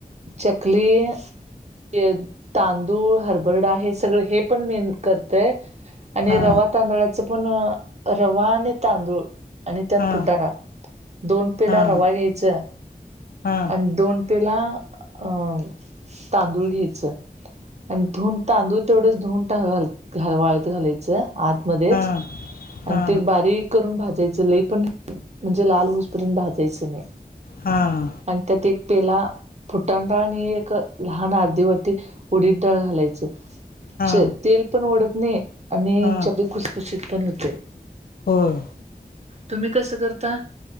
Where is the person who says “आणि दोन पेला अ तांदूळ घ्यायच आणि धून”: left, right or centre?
Right